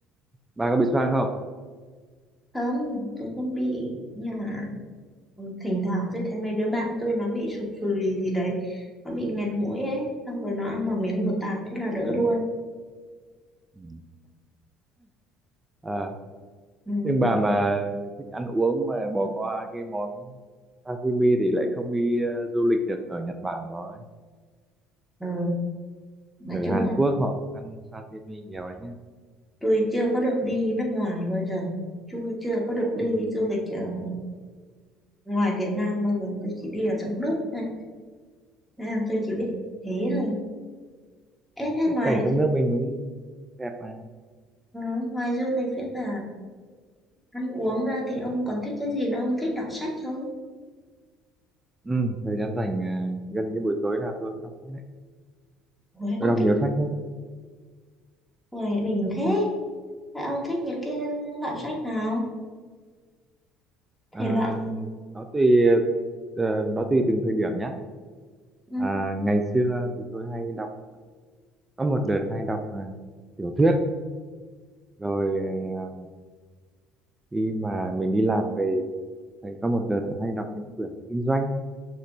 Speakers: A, on the right; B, in the centre.
A: bà có bị xoang không
B: Không, tôi không bị nhưng mà thỉnh thoảng tôi thấy mấy đứa bạn tôi nó bị sụt sùi gì đấy nó bị nghẹt mũi ấy xong rồi nó ăn một miếng một tạt thế là đỡ luôn
A: Ừ. à
B: ừ,
A: nhưng bà mà thích ăn uống mà bỏ qua cái món sashimi thì lại không đi ờ, du lịch được ở Nhật Bản rồi
B: ờ, nói
A: ở
B: chung
A: Hàn
B: là
A: Quốc họ cũng ăn sashimi nhiều đấy nhé
B: tôi chưa có được đi nước ngoài bao giờ chưa chưa có được đi
A: Ui,
B: du lịch ở ngoài Việt Nam bao giờ tôi chỉ đi ở trong nước thôi nên là tôi chỉ biết thế thôi Ê thế
A: tất
B: ngoài
A: cả cảnh trong nước mình cũng đẹp mà
B: ờ, ngoài du lịch với cả ăn uống ra thì ông còn thích cái gì nữa ông thích đọc sách không
A: ừ, thời gian rảnh à, gần như buổi tối nào tôi cũng đọc sách đấy
B: Ủa,
A: tôi
B: ông
A: đọc
B: thích
A: nhiều sách lắm
B: Người bình thế. Các ông thích những cái loại sách nào? Thể
A: À,
B: loại...
A: nó tùy ờ, nó tùy từng thời điểm nhé
B: Ừ.
A: à, ngày xưa thì tôi hay đọc có một đợt hay đọc à, tiểu thuyết rồi à, khi mà mình đi làm về thì có một đợt hay đọc những quyển kinh doanh